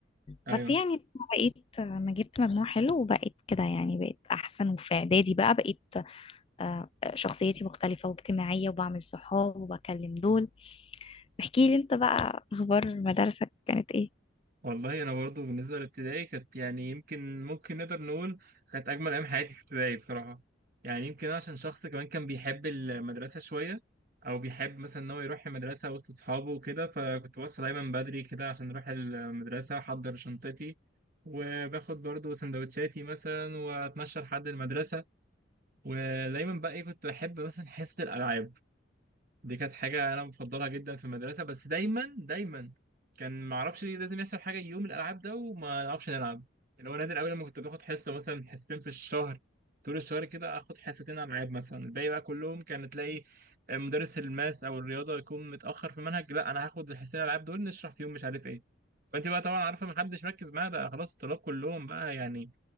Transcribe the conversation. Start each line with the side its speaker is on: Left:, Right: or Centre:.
Right: ايوه
Left: بس يعني بقيت آه، ما جبت مجموع حلو وبقيت كده يعني بقيت أحسن وفي إعدادي بقى بقيت آه، شخصيتي مختلفة واجتماعية وبعمل صحاب وبكلم دول احكي لي انت بقى اخبار مدارسك كانت ايه
Right: والله انا برضو بالنسبة للابتدائي كانت يعني يمكن ممكن نقدر نقول كانت اجمل ايام حياتي في ابتدائي بصراحة يعني يمكن أنا عشان شخص كمان كان بيحب المدرسة شوية او بيحب مثلا ان هو يروح المدرسة وسط اصحابه وكده فكنت بصحى دايما بدري كده عشان اروح المدرسة احضر شنطتي وباخد برضو سندوتشاتي مثلا واتمشى لحد المدرسة ودايما بقى ايه كنت بحب مثلا حصة الالعاب دي كانت حاجة أنا مفضلها جدا في المدرسة بس دايما دايما كان معرفش ليه لازم يحصل حاجة يوم الألعاب ده وما نعرفش نلعب اللي هو نادر أوي لما كنت باخد حصة مثلا حصتين في الشهر طول الشهر كده آخد حصتين ألعاب مثلا الباقي بقى كلهم كان تلاقي مدرس الماس أو الرياضة يكون متأخر في المنهج لا أنا هاخد الحصتين الألعاب دول نشرح فيهم مش عارف إيه فأنت بقى طبعا عارفة محدش مركز معايا ده خلاص الطلاب كلهم بقى يعني